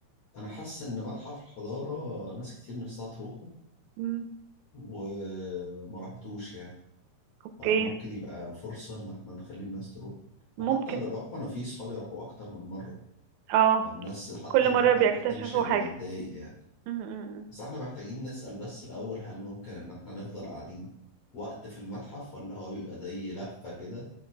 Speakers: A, on the left (about 50°); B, on the right (about 85°).
A: انا حاسس ان متحف الحضارة ناس كتير نفسها تروحه
B: امم
A: وما راحتوش يعني
B: اوكي
A: فممكن يبقى فرصة ان احنا نخلي الناس تروح
B: ممكن
A: وحتى اللي راحوا انا في صحابي راحوا اكتر من مرة
B: اه
A: فالناس حتى
B: كل
A: اللي
B: مرة
A: راحوا
B: بيكتشفوا
A: قبل كده مش هيبقى
B: حاجة
A: متضايق يعني
B: امم
A: بس احنا محتاجين نسأل بس الأول هل ممكن إن احنا نفضل قاعدين وقت في المتحف ولا هو بيبقى زي لفة كده